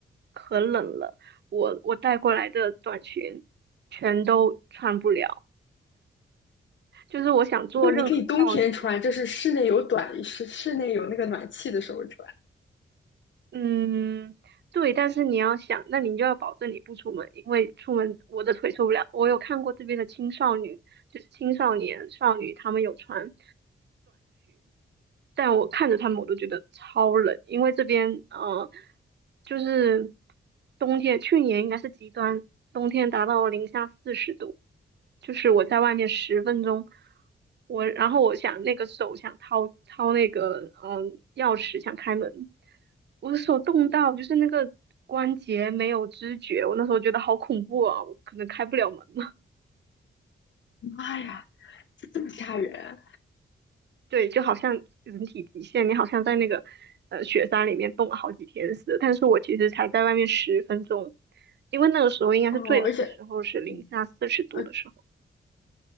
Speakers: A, on the right; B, on the left.
A: 可冷了。我我带过来的短裙全都穿不了。就是我想做任何造型都不，
B: <laughs> 没有，你可以冬天穿，就是室内有短，室室内有那个暖气的时候穿。
A: 嗯，对，但是你要想，那你就要保证你不出门，因为出门我的腿受不了。我有看过这边的青少女，就是青少年少女，他们有穿。但我看着他们我都觉得超冷，因为这边呃，就是冬天，去年应该是极端，冬天达到零下四十度，就是我在外面十分钟，我然后我想那个手想掏掏那个嗯、钥匙想开门，我的手冻到就是那个关节没有知觉，我那时候觉得好恐怖啊，我可能开不了门了。
B: 妈呀，这这么吓人
A: 对，就好像人体极限，你好像在那个呃雪山里面冻了好几天似的。但是我其实才在外面十分钟，因为那个时候应该是最冷的时候，
B: 哦！而且，
A: 是零下四十度的时候。
B: 嗯，呃，